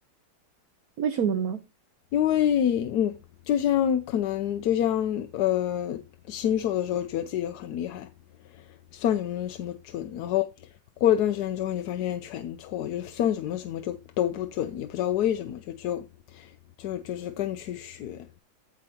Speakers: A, on the right; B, on the left.
A: 为什么呢？
B: 因为嗯，就像可能就像呃新手的时候觉得自己很厉害，算什么什么准，然后过了一段时间之后，你就发现全错，就是算什么什么就都不准，也不知道为什么，就就就就是更去学。